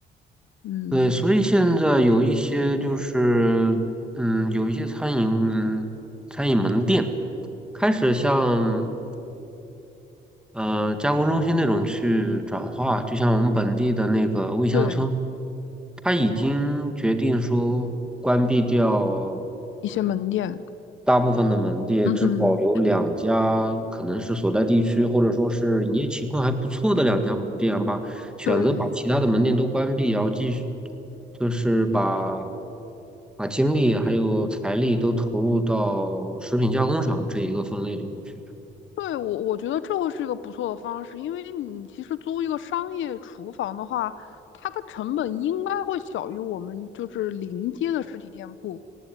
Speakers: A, on the left (about 75°); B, in the centre.
A: 嗯，
B: 对，所以现在有一些就是，嗯，有一些餐饮餐饮门店开始向呃，加工中心那种去转化，就像我们本地的那个味乡村，
A: 对，
B: 他已经决定说关闭掉
A: 一些门店，
B: 大部分的门店，
A: 嗯哼，
B: 只保留两家，可能是所在地区或者说是营业情况还不错的两家门店吧，选择把其他的门店都关闭，
A: 对。
B: 然后继续就是把把精力还有财力都投入到食品加工厂这一个分类里面去。
A: 对，我我觉得这会是一个不错的方式，因为你其实租一个商业厨房的话，它的成本应该会小于我们就是临街的实体店铺。